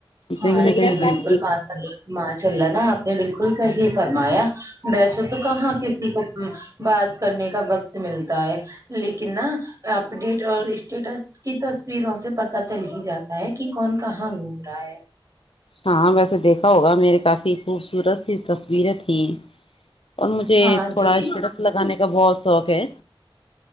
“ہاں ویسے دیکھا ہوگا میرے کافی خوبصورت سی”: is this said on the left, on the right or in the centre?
Left